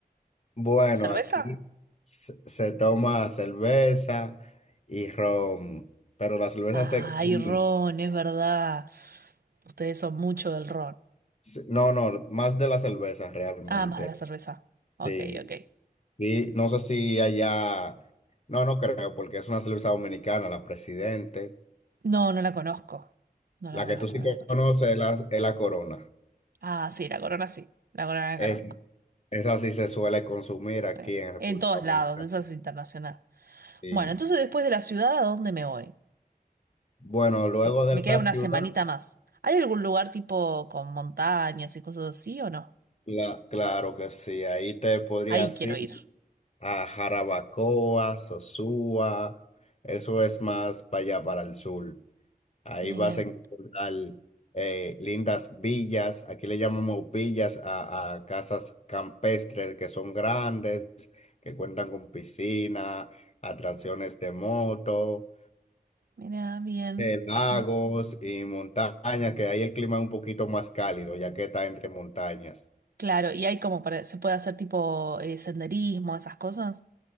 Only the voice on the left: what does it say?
Bueno,
aquí se, se toma cerveza y ron, pero la cerveza
se consume.
se- No, no, más de la cerveza realmente.
Sí.
Y no sé si allá, no, no creo, porque es una cerveza dominicana, la Presidente.
La
que tú sí
conoces es la, es la Corona.
Es,
esa sí se suele consumir
aquí en República
Dominicana.
Y
bueno, luego
de
la
ciudad,
la, claro que sí, ahí te podría
decir.
a Jarabacoa, Sosúa, eso es más para allá, para el sur. Ahí
vas a encontrar eh, lindas villas, aquí le llamamos villas a, a casas campestres que son grandes, que cuentan con piscina, atracciones de moto,
eh, lagos
y montañas, que ahí el clima es un poquito más cálido, ya que está entre montañas.